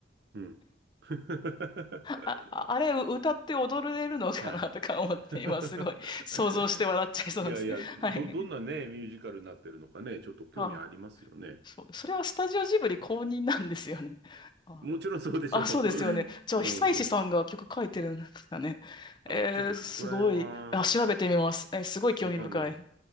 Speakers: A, on the right; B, on the left.
A: うん。<laughs>
B: あ、ああれ歌って踊れるのかなとか思って、
A: はい。<laughs>
B: 今すごい想像して笑っちゃいそうなんですけど。
A: いやいや、ど、
B: はい。
A: どんなね、ミュージカルになってるのかね、ちょっと興味ありますよね。
B: はあそう、それはスタジオジブリ公認なんですよね。<laughs> あ、
A: もちろんそうでしょう。
B: じゃあ、そうですよね。
A: <laughs> う
B: じゃあ、久石さんが曲書いてるんですかね。
A: んうん。ああ、
B: えー、
A: ちょっとそこら辺は、
B: すごい。あ、調べてみます。えーすごい興味深い。
A: わかんないです。